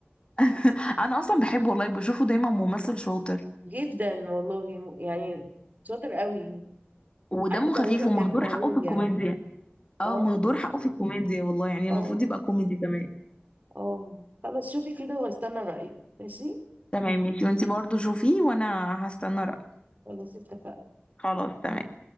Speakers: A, on the left; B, on the right.
A: <laughs> انا اصلا بحبه والله بشوفه دايما ممثل شاطر
B: جدا والله يعني شاطر قوي
A: ودمه
B: عنده موهبة
A: خفيف
B: بجد
A: ومهدور
B: موهوب
A: حقه في الكوميديا
B: يعني
A: اه
B: اه
A: مهدور حقه في الكوميديا والله يعني
B: اه
A: المفروض يبقى كوميدي كمان
B: اه خلاص شوفي كده واستنى رأيك ماشي
A: تمام ماشي وانتي برضو شوفيه وانا هستنى رأيك
B: خلاص اتفقنا
A: خلاص تمام